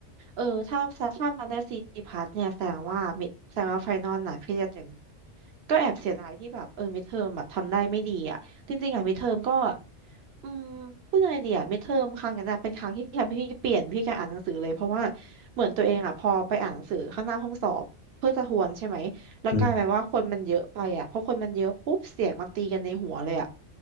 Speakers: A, on the right; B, on the left.
A: เออถ้าถ้ามันได้ซีพัทเนี่ยแสดงว่ามิดแสดงว่าไฟนอลน่ะพี่จะเต็มก็แอบเสียดายที่แบบเออมิดเทอมแบบทำได้ไม่ดีอ่ะจริงๆอ่ะมิดเทอมก็อืมพูดยังไงดีอ่ะมิดเทอมครั้งนั้นน่ะเป็นครั้งที่ทำให้พี่เปลี่ยนพี่การอ่านหนังสือเลยเพราะว่าเหมือนตัวเองอ่ะพอไปอ่านหนังสือข้างหน้าห้องสอบเพื่อจะทวนใช่ไหม แล้วกลายเป็นว่าคนมันเยอะไปอ่ะเพราะคนมันเยอะปุ๊บเสียงมันตีกันในหัวเลยอ่ะ
B: อืม